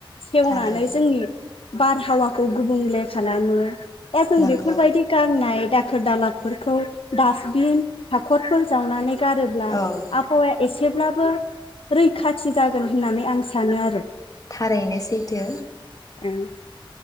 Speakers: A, on the left (about 80°); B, on the left (about 40°).
A: सेवनानै
B: थारैनो
A: जोंनि बारहावाखौ गुबुंलाय खालामो। दा जों
B: नंगौ
A: बेफोरबायदि गारनाय। दाखोर दालाबफोरखौ दासटबिन हाखरफोर जावनानै गारोब्ला
B: औ
A: आबहावाया एसे अब्लाबो रैखाथि जागोन होननानै आं सानो आरो ।
B: थारैनो सैथो।
A: ओं